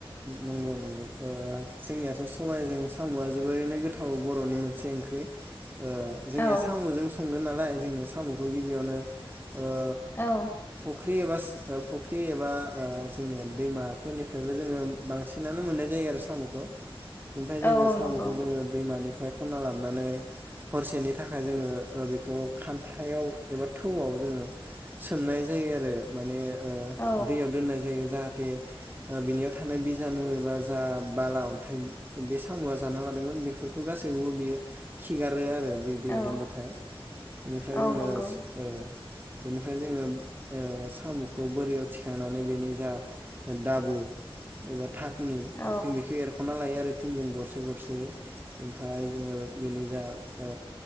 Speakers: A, on the right; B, on the left.
A: नंगौ नंगौ ओ जोंनियाथ' सबायजों साम'आ जोबोरैनो गोथाव बर'नि मोनसे ओंख्रि ओ जोंनिया
B: औ
A: साम'जों स संगोन नालाय जोंनि साम'खौ गिबियावनो ओ
B: औ
A: फुख्रि एबा फुख्रि एबा ओ जोंनिया दैमाफोरनिफ्रायबो जोङो बांसिनानो मोननाय जायो आरो साम'खौ। ओमफ्राय जोङो
B: औ औ
A: साम'खौ
B: नंगौ
A: जोङो दैमानि फ्राय खनना लाबोनानै हरसेनि थाखाय जोङो बेखौ खान्थायाव एबा थौआव जोङो सोमनाय जायो आरो माने ओ
B: औ
A: दैयाव दोननाय जायो जाहाथे ओ बिनिया थानाय बिजानु एबा जा बाला अन्थाइ बे साम'आ जाना लादोंमोन बेफोरखौ गासैखौबो बियो खिगारो आरो बे दैयाव
B: औ
A: दोनबाथाय बेनिफ्राय जोङो
B: औ नंगौ
A: ओ बेनिफ्राय जोङो ओ साम'खौ बोरियाव थिखांनानै बेनि जा दाबु एबा था नि
B: औ
A: जों बेखौ एरख' ख'ना लायो आरो फिनजों गरसे गरसे ओमफ्राय जोङो बेनि जा ओ